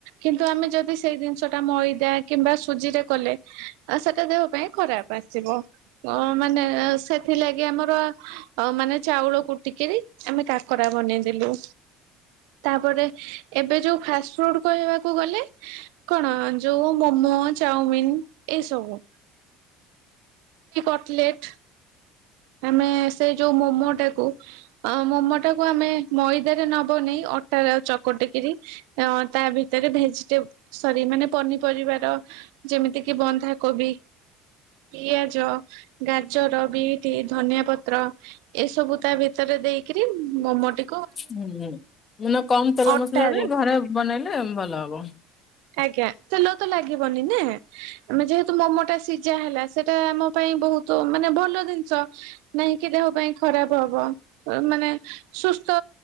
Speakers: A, on the right; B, on the left.
A: କିନ୍ତୁ ଆମେ ଯଦି ସେଇ ଜିନିଷଟା ମଇଦା କିମ୍ବା ସୁଜିରେ କଲେ ଆ ସେଟା ଦେହ ପାଇଁ ଖରାପ ଆସିବ ଅ ମାନେ ସେଥିଲାଗି ଆମର ଅ ମାନେ ଚାଉଳ କୁଟିକିରି ଆମେ କାକରା ବନେଇଦେଲୁ। ତାପରେ ଏବେ ଯୋଉ ଫାଷ୍ଟ ଫୁଡ୍ କହିବାକୁ ଗଲେ କଣ ଯୋଉ ମୋମୋ ଚାଉମିିନ୍ ଏଇସବୁ। କି କଟଲେଟ୍। ଆମେ ସେ ଯୋଉ ମୋମୋ ଟାକୁ ଅ ମୋମୋ ଟାକୁୁ ଆମେ ମଇଦାରେ ନବନେଇ ଅଟାରେ ଆଉ ଚକଟିକିରି ଅ ତା ଭିତରେ ଭେଜିଟେବୁ ସରି ମାନେ ପନିପରିବାର ଯେମିତି କିି ବନ୍ଧାକୋବି, ପିଆଜ, ଗାଜର, ବିଟ୍ କି ଧନିଆ ପତ୍ର ଏସବୁ ତା ଭିତରେ ଦେଇକିରି ମୋମୋ ଟି
B: ହୁଁ ହୁଁ ମାନେ କମ୍ ତେଲ
A: ଅଟାରେ
B: ମସଲାରେ ଘରେ ବନେଇଲେ ଭଲ ହବ।
A: ଆଜ୍ଞା ତେଲ ତ ଲାଗିବନି ନା। ଆମେ ଯେହେତୁ ମୋମୋଟା ସିଝା ହେଲା ସେଟା ଆମ ପାଇଁ ବହୁତ ମାନେ ଭଲ ଜିନି ସ ନାହିଁକି ଦେହ ପାଇଁ ଖରାପ ହବ। ମାନେ ସୁସ୍ଥ